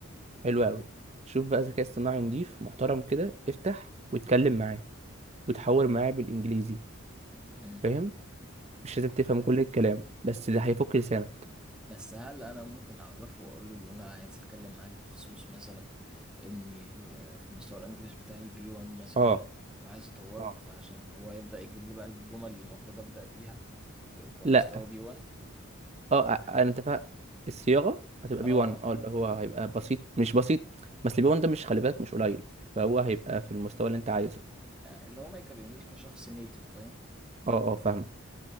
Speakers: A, on the right; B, in the centre.
A: حلو قوي شوف بقى ذكاء اصطناعي نضيف محترم كده افتح واتكلم معاه وتحاور معاه بالانجليزي
B: مم.
A: فاهم مش لازم تفهم كل الكلام بس ده هيفك لسانك
B: بس هل انا ممكن اعرفه واقول له ان انا عايز اتكلم معاك بخصوص مثلا اني آه، في مستوى الانجليش بتاعي بي 1 مثلا
A: اه
B: وعايز اطوره
A: اه
B: فعشان هو يبدا يجيب لي بقى الجمل اللي المفروض ابدا بيها ب- كمستوى
A: لا
B: بي 1
A: اه
B: او
A: ع-
B: الحاجات
A: انا انت فاهم الصياغه هتبقى
B: اه
A: بي
B: اه
A: 1 اه اللي هو هيبقى بسيط مش بسيط بس البي 1 ده مش خلي بالك مش قليل فهو هيبقى في المستوى اللي انت عايزه
B: آه، اللي هو ما يكلمنيش كشخص نيتف فاهم
A: اه اه فاهمك